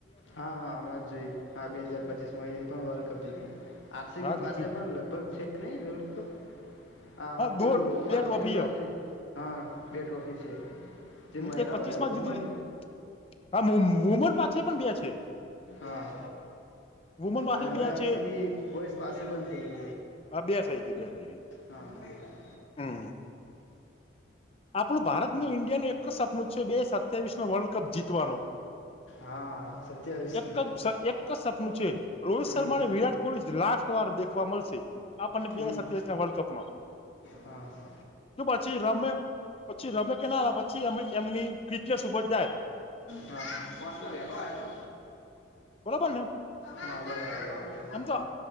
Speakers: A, on the left; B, on the left.
A: હા હા હમણાં જ જોઈ હા બે હાજાર પચીસ માં પણ વર્લ્ડ કપ જીતી. આરસીબી
B: હા જીત્યું
A: પાસે પણ લગભગ છે, નહી વ તો હા
B: દો
A: પેલું
B: બે
A: આરસીબ
B: ટ્રોફી
A: પાસે
B: હ.
A: હા બે ટ્રોફી છે. જે મહિલાઓ
B: એક પચીસ માં
A: વુમન
B: જીતી હા મુમન પાછ પણ બેયા છે.
A: હા
B: વુમન પાસે
A: અને
B: બે
A: હવે અરસી
B: છે
A: ભી બોસ પાસે પણ થઈ ગ
B: હા બે થઈ ગઈ બે થઈ ગઈ.
A: હા હા
B: હમ આપણું ભારતનું ઇન્ડિયાનું એક જ સપનું છે બે સપ સવીસ નો વર્લ્ડ કપ જીતવાનો
A: હા સત્યાવીસ
B: એક
A: ને
B: જ સપનું છે રોહિત
A: હમ
B: શર્માને વિરાટ લાસ્ટ વાર દેખવા મળશે આપણને બે
A: હમ
B: સત્યાવીસ ના વર્લ્ડ કપ મા
A: હા હા
B: શ પછી રમે પછી રમે કે ના પછી એમની ફિટનેસ ઉપર જાય.
A: હા કોમ તો વેલો આ તો
B: બરોબર ને
A: હા બરાબર આવતો
B: એમ તો